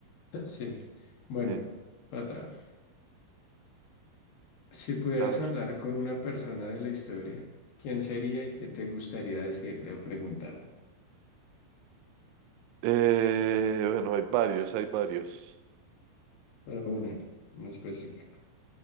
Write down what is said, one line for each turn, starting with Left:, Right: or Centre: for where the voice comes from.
Left: <laughs> Sí, bueno,
Right: Sí.
Left: para atrás. Si pudieras
Right: A ver.
Left: hablar con una persona de la historia, ¿quién sería y qué te gustaría decirle o preguntarle?
Right: Eh, bueno, hay varios, hay varios.
Left: Pero una, no específico.